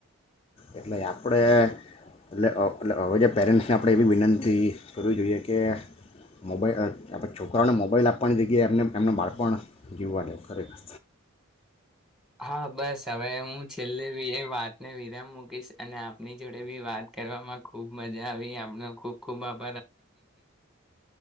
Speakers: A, on the left; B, in the centre.
A: એટલે આપણે એટલે હવ હવે જે પેરેન્ટ્સને આપણે એવી વિનંતી કરવી જોઈએ કે મોબાઈલ આ આપણે છોકરાઓને મોબાઈલ આપવાની જગ્યાએ એમને એમનું બાળપણ જીવવા દે ખરેખર.
B: હા બસ હવે હું છેલ્લે બી એ વાતને વિરામ મૂકીશ અને આપની જોડે બી વાત કરવામાં ખુબ મજા આવી. એમનો ખુબ ખુબ આભ